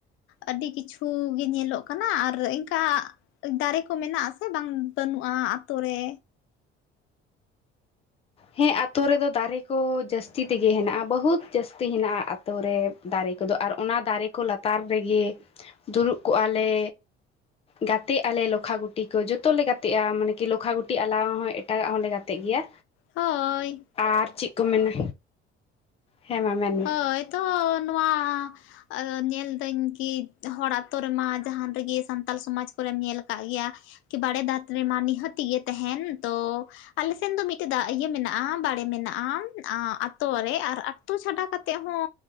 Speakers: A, on the left; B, on the left.
A: ᱟᱹᱰᱤ ᱠᱤᱪᱷᱩ ᱜᱮ ᱧᱮᱞᱚᱜ ᱠᱟᱱᱟ ᱟᱨ ᱤᱱᱠᱟ ᱫᱟᱨᱮ ᱠᱚ ᱢᱮᱱᱟᱜ ᱟᱥᱮ ᱵᱟᱝ ᱵᱟᱹᱱᱩᱜᱼᱟ ᱟᱛᱳ ᱨᱮ
B: ᱦᱮᱸ ᱟᱛᱳ ᱨᱮᱫᱚ ᱫᱟᱨᱮ ᱠᱚᱻ ᱡᱟᱹᱥᱛᱤ ᱛᱮᱜᱮ ᱦᱮᱱᱟᱜᱼᱟ ᱵᱚᱦᱩᱛ ᱡᱟᱹᱥᱛᱤ ᱦᱮᱱᱟᱜᱼᱟ ᱟᱛᱳ ᱨᱮ ᱫᱟᱨᱮ ᱠᱚᱫᱚ ᱟᱨ ᱚᱱᱟ ᱫᱟᱨᱮ ᱠᱚ ᱞᱟᱛᱟᱨ ᱨᱮᱜᱮ ᱫᱩᱲᱩᱵ ᱠᱚᱜᱼᱟ ᱞᱮ ᱜᱟᱛᱮᱜ ᱟᱞᱮ ᱞᱚᱠᱷᱟᱟᱜᱩᱴᱤ ᱠᱚ ᱡᱚᱛᱚᱞᱮ ᱜᱟᱛᱮᱜᱼᱟ, ᱢᱟᱱᱮ ᱠᱤ ᱞᱚᱠᱷᱟᱟᱜᱩᱴᱤ ᱟᱞᱟᱣ ᱦᱚᱸ ᱮᱴᱟᱜᱟᱜ ᱦᱚᱸᱞᱮ ᱜᱟᱛᱮᱜ ᱜᱮᱭᱟ
A: ᱦᱳᱭᱻ
B: ᱟᱨ ᱪᱮᱫ ᱠᱚ ᱢᱮᱱᱟ ᱦᱮᱸ ᱢᱟ ᱢᱮᱱ ᱢᱮ
A: ᱦᱳᱻ ᱭᱛᱚ ᱱᱚᱣᱟ ᱟ ᱧᱮᱞ ᱫᱟᱹᱧ ᱠᱤ ᱦᱚᱲ ᱟᱹᱛᱩᱳ ᱨᱮᱢᱟ ᱡᱟᱦᱟᱸ ᱨᱮᱜᱮ ᱥᱟᱱᱛᱟᱲ ᱥᱚᱢᱟᱡᱽ ᱠᱚᱨᱮᱢ ᱧᱮᱞ ᱟᱠᱟᱜ ᱜᱮᱭᱟ ᱠᱤ ᱵᱟᱲᱮ ᱫᱛ ᱨᱮᱢᱟ ᱱᱤᱦᱟᱹᱛᱤ ᱜᱮ ᱛᱟᱦᱮᱱ ᱫᱚ ᱟᱞᱮᱥᱮᱱ ᱫᱚ ᱢᱤᱫᱴᱮᱡᱟᱜ ᱤᱭᱟᱹ ᱢᱮᱱᱟᱜᱼᱟ ᱵᱟᱲᱮ ᱢᱮᱱᱟᱜᱼᱟᱛᱳ ᱨᱮ ᱟᱨ ᱩᱛᱩᱳ ᱪᱷᱟᱰᱟ ᱠᱟᱛᱮᱫ ᱦᱚᱸ